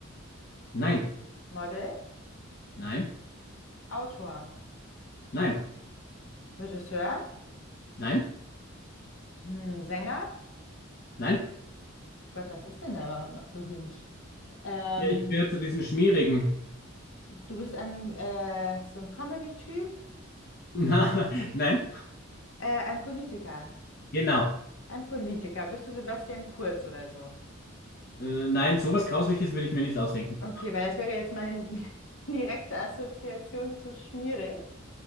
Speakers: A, on the left; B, on the left.
A: Nein,
B: Model,
A: nein,
B: Autor,
A: nein,
B: Regisseur,
A: nein,
B: hm, Sänger?
A: nein.
B: Gott, was ist denn da überhaupt noch berühmt? Ähm,
A: Ja, ich gehöre zu diesem schmierigen.
B: du bist ein, äh, so ein Comedy-Typ,
A: <laughs> Na, nein,
B: äh, ein Politiker.
A: genau.
B: Ein Politiker. Bist du Sebastian Kurz oder so?
A: Äh, nein, sowas Grausliches würde ich mir nicht ausdenken.
B: Okay, weil das wäre jetzt meine <laughs> direkte Assoziation zu schmierig.